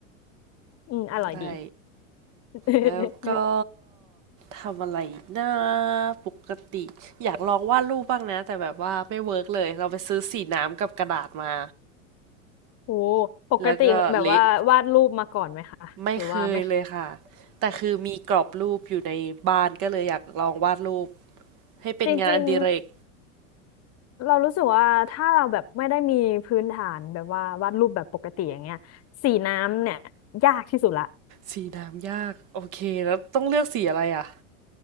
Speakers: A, on the left (about 35°); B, on the right (about 45°).
A: อืมอร่อยดี
B: ได้
A: <laughs>
B: แล้วก็ทำอะไรอีกนะปกติอยากลองวาดรูปบ้างนะแต่แบบว่าไม่เวิร์กเลยเราไปซื้อสีน้ำกับกระดาษมา
A: โอ้ปกติแบบว่าวาดรูปมาก่อนไหมคะหรือว่าไม่
B: แล้วก็เละ ไม่เคยเลยค่ะแต่คือมีกรอบรูปอยู่ในบ้านก็เลยอยากลองวาดรูปให้เป็นงานอดิเรก
A: จริงๆเรารู้สึกว่าถ้าเราแบบไม่ได้มีพื้นฐานแบบว่าวาดรูปแบบปกติอย่างเงี้ยสีน้ำเนี่ยยากที่สุดละ
B: สีน้ำยากโอเคแล้วต้องเลือกสีอะไรอ่ะ